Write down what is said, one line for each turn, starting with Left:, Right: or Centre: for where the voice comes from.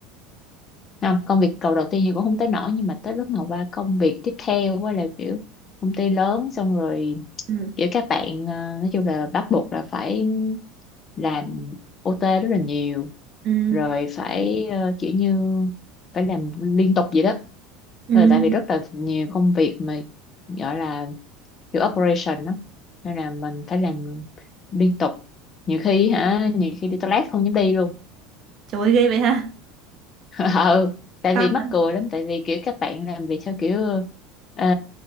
Left: không, công việc cầu đầu tiên thì cũng không tới nổi nhưng mà tới lúc mà qua công việc tiếp theo á là kiểu công ty lớn xong rồi
Right: ừ.
Left: kiểu các bạn ờ, nói chung là bắt buộc là phải làm OT rất là nhiều
Right: Ừ.
Left: rồi phải ờ, kiểu như phải làm liên tục vậy đó
Right: Ừ.
Left: Rồi tại vì rất là nhiều công việc mà gọi là kiểu operation đó nên là mình phải làm liên tục nhiều khi hả nhiều khi đi toilet không dám đi luôn
Right: Trời ơi ghê vậy ha.
Left: <laughs> ừ tại
Right: Căng
Left: vì mắc
Right: rồi.
Left: cười lắm tại vì kiểu các bạn làm việc theo kiểu ờ,